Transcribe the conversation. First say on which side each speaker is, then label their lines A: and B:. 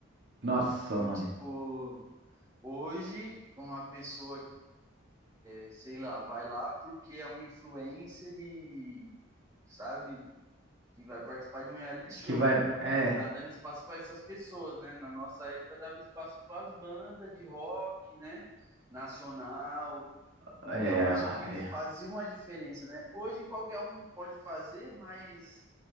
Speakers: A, on the right; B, on the right.
A: Nossa,
B: Então,
A: mano.
B: tipo, hoje uma pessoa que, é, sei lá, vai lá porque é um influencer e, sabe, que vai participar de um reality show.
A: Que vai. É.
B: Tá dando espaço para essas pessoas, né? Na nossa época dava espaço para as bandas de rock, né? Nacional,
A: É.
B: Então, acho que
A: é.
B: fazia uma diferença, né? Hoje qualquer um pode fazer, mas